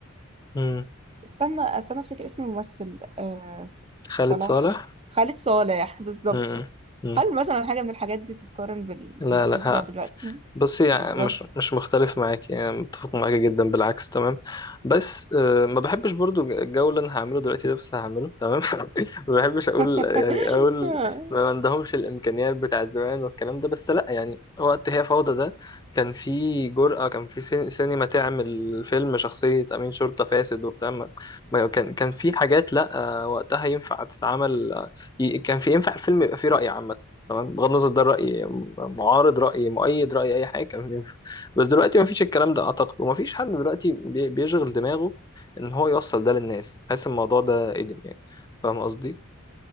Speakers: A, on the left; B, on the right.
A: امم
B: استنى استنى افتكر اسم الممثل آه
A: خالد
B: صلاح
A: صالح
B: خالد صالح بالظبط
A: امم امم
B: هل مثلا حاجة من الحاجات دي تتقارن بال...
A: لا
B: بالجديد
A: لا
B: بتاع دلوقتي
A: بصي يعني
B: بالظبط
A: مش مش مختلف معاك يعني متفق معاك جدا بالعكس تمام بس آه، ما بحبش برضو الجو اللي انا هعمله دلوقتي ده بس هعمله تمام <laughs> ما بحبش اقول
B: <laughs>
A: يعني اقول ما ما عندهمش الامكانيات بتاعت زمان والكلام ده بس لا يعني وقت هي فوضى ده كان في جرأة كان في سين- سينما تعمل فيلم شخصية أمين شرطة فاسد وبتاع ما ما- كان كان في حاجات لا آه، وقتها ينفع تتعمل آه، ي- كان في ينفع الفيلم يبقى فيه رأي عامة تمام بغض النظر ده رأي معارض رأي مؤيد رأي أي حاجة كان ينفع. بس دلوقتي مفيش الكلام ده أعتقد ومفيش حد دلوقتي بي- بيشغل دماغه إن هو يوصل ده للناس حاسس الموضوع ده قديم يعني فاهم قصدي؟